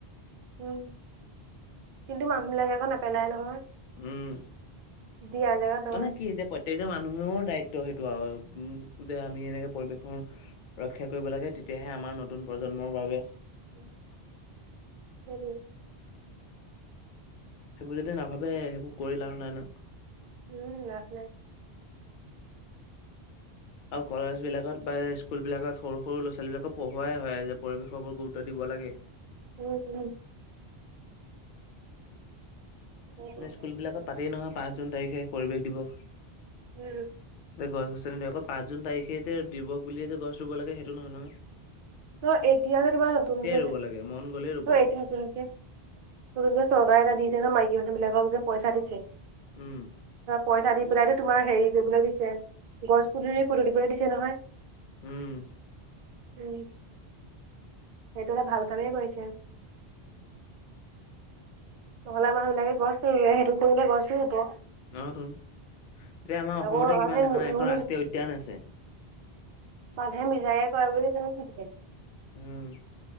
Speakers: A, on the right; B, on the left.
A: উম কিন্তু মানুহবিলাকে আকৌ নেপেলাই নহয়।
B: উম
A: দিয়া জেগাত নবহে।
B: মানে কি এতিয়া <unintelligible> মানুহৰ দায়িত্ব সেইটো আৰু উম যে আমি যে এনেকে পৰিৱেশৰ ৰক্ষা কৰিব লাগে তেতিয়াহে আমাৰ নতুন প্ৰজন্মৰ বাবে
A: <unintelligible>
B: সেইবোৰ যদি নাভাবে। সেইবোৰ কৰি লাভ নাই ন।
A: উম লাভ নাই।
B: আৰু কলেজ বিলাকত বা স্কুল বিলাকত সৰু সৰু ল'ৰা-ছোৱালী বিলাকক পঢ়োৱাই হয় যে পৰিৱেশৰ ওপৰত গুৰুত্ব দিব লাগে।
A: উম, উম। সেইটোৱে।
B: মানে স্কুলবিলাক পাতেই নহয় পাঁচ জুন তাৰিখে পৰিৱেশ দিৱস।
A: উম।
B: গছ গছনি অকল পাঁচ জুন তাৰিখে যে দিৱস বুলিয়ে যে গছ ৰুব লাগে সেইটো নহয় ন।
A: অ' এতিয়া যে তোমাৰ নতুনকে
B: ৰুব
A: যে,
B: লাগে মন গ'লেই ৰুব লাগে
A: এতিয়া নতুনকে <unintelligible> চৰকাৰে এটা দিছে ন মাইকী মানুহ বিলাকক যে পইচা দিছে
B: উম।
A: পইচা দি পেলাইতো তোমাৰ হেৰি কৰিবলৈ দিছে, গছ পুলিৰ ফুটো দিবলৈ দিছে নহয়।
B: উম।
A: উম। সেইটো এটা ভাল কামেই কৰিছে। নহ'লে মানুহ বিলাকে গছটো নুৰুৱে, সেইটো কৰিলে গছটো ৰুব।
B: অ' টো এতিয়া আমাৰ
A: তাকো
B: অসমতে
A: মানুহে
B: কিবা দেখা নাই এখন
A: ৰুই
B: ৰাষ্ট্ৰীয় উদ্যান আছে।
A: মানুহে মিছাকে কৰে বুলি <unintelligible>
B: উম।